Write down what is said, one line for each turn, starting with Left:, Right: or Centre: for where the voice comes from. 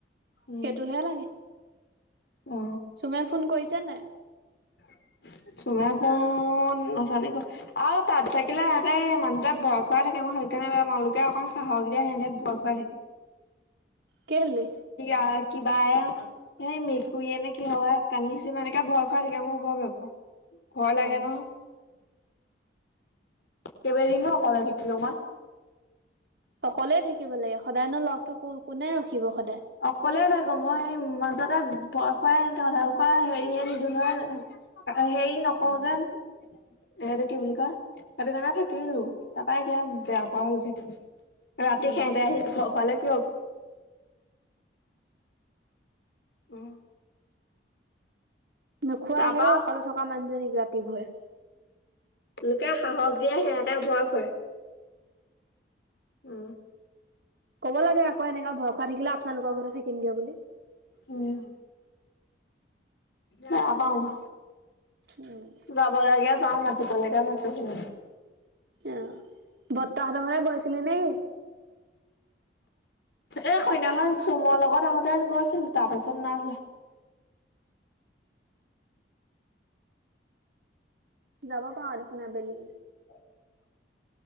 Left: উম।
Right: সেইটোহে লাগে
Left: অ
Right: চুমে ফোন কৰিছে নে?
Left: <unintelligible> চুমে ফোন নচান আৰু তাত থাকিলে তহতে মানুহটোৱে ভয় খোৱাই থাকে ম নো এওঁলোকে অকণ সাহস দিয়া সেনে বয় খুৱাই থাকে।
Right: কেলে?
Left: বা কিবা এ স মেটকুুৰীয়ে নে কিহ কান্দিছিল এনেকে ভয় খুৱাই থাকে মই বৰ ভাব পাওঁ। ভয় লাগে
Right: উম
Left: ন। কেইবাদিনো অকলে থাকিলো মই।
Right: সকললে থাকিব লাগে সদায় ন লগতটো ক কোনে ৰখিব সদায়।
Left: অকলে থাকো মই স মাজত এ বয় খোৱালোকৰ হেৰি নিদো নহয়। হেৰি নকওঁ যেন। সহটো কি বুলি কয় সেইটো কাৰণে থাকিলো তাৰাপা এতিয়া বেয়া পৰা হলো থাকিলো। ৰাতি
Right: উম।
Left: খাইতে আহি খালে কি হ? উম।
Right: নোখোৱাই
Left: তাৰপা
Right: আহে ৰ অকলে থকা মানুহজনীক ৰাতি ভুৱৰে।
Left: লোকে সাহস দিয়ে সেৰাতে ভয় খোৱাই। উম।
Right: ক'ব লাগে আকৌ এনেকা ভয় খোৱা থাকিলে আপোনালোকৰ ঘৰতে থাকিমগে বুলি।
Left: উম ম আ পাওা
Right: উম।
Left: যাব লাগে যাওঁ মাতিবলেকে মাতিছিল।
Right: অ' বৰ্তাহঁত ঘৰলে গৈছিলি নেকি?
Left: এ সেইদিনাখন চোম লগত আহোতে গৈছিলোঁ, তাৰ পাছত নাই যোৱা।
Right: যাব পাৰ দেখোন আবেলি।
Left: <inaudible>